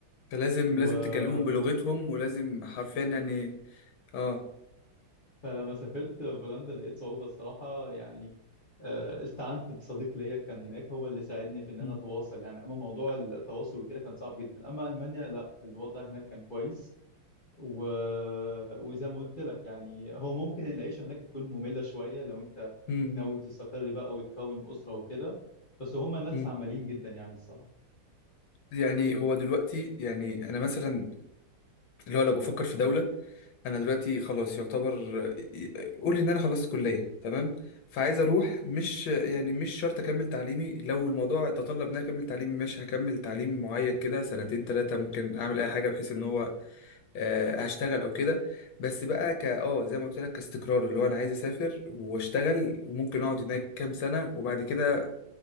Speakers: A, on the left (about 75°); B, on the left (about 25°).
A: فلازم
B: وبالظبط
A: لازم تكلمهم بلغتهم ولازم حرفيا يعني اه
B: فلما سافرت بولندا لقيت صعوبة الصراحة يعني آه، استعنت بصديق ليا كان هناك هو اللي ساعدني في ان
A: مم.
B: انا اتواصل يعني اما موضوع التواصل وكده كان صعب جدا اما المانيا لا الوضع هناك كان كويس و... وزي ما قلت لك يعني هو ممكن العيشة هناك تكون مملة شوية لو انت
A: مم.
B: ناوي
A: مم.
B: تستقر بقى وتكون أسرة وكده بس هما ناس
A: مم.
B: عمليين جدا يعني الصراحة
A: يعني هو دلوقتي يعني أنا مثلا اللي هو لو بفكر في دولة انا دلوقتي خلاص يعتبر قولي ان انا خلصت كليه تمام فعايز اروح مش يعني مش شرط اكمل تعليمي لو الموضوع تطلب ان انا اكمل تعليمي ماشي هكمل تعليم معين كده سنتين ثلاثه ممكن اعمل اي حاجه بحيث ان هو آه، هشتغل او كده بس بقى ك اه زي ما قلت لك كاستقرار اللي هو انا عايز اسافر واشتغل وممكن اقعد هناك كام سنه وبعد كده